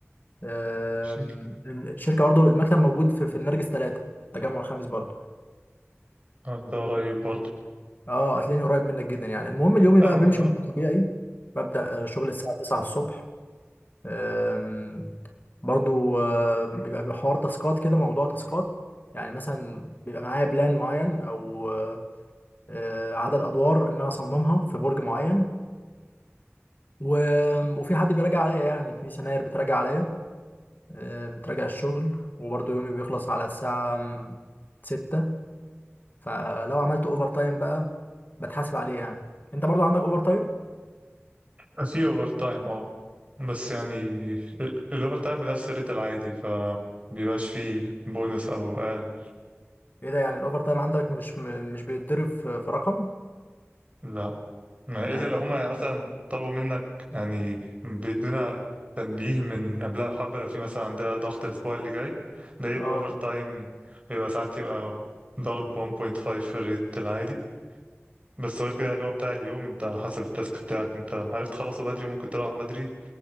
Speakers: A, on the left; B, on the right.
A: آم،
B: ماشي
A: الشركة برضو المكتب موجود في في النرجس 3 في التجمع الخامس برضو
B: آه، ده قريب برضه
A: اه هتلاقيني قريب منك جدا يعني المهم اليومي
B: أوي
A: بقى بيمشي
B: اه
A: بشكل طبيعي ببدأ آه، شغل الساعة 9 الصبح آم، برضو آه، بيبقى في حوار تاسكات كده موضوع تاسكات يعني مثلا بيبقى معايا بلان معين او آه، آه، عدد ادوار ان انا اصممها في برج معين و- وفي حد بيراجع عليا يعني في سناير بتراجع عليا آه، بتراجع الشغل وبرضو يومي بيخلص على الساعة آم، 6 فلو عملت اوفر تايم بقى بتحاسب عليه يعني انت برضو عندك اوفر تايم
B: آه، في اوفر تايم اه بس يعني ال- الاوفر تايم بنفس الريت العادي ف بيبقاش فيه بونص او اقل
A: ايه ده يعني الاوفر تايم عندك مش م- مش بيتضرب في في رقم
B: لا ما
A: يعني
B: الا لو
A: بتاع-
B: هما يعني مثلا طلبوا منك يعني بيدونا تنبيه من قبلها بحبة لو في مثلا عندها ضغط الاسبوع اللي جاي ده يبقى
A: اه
B: اوفر تايم
A: ف-
B: بيبقى ساعات يبقى ضرب 1.5 في الريت العادي بس غير كده يعني هو بتاع اليوم انت على حسب التاسك بتاعك انت عرفت تخلصه بدري ممكن تروح بدري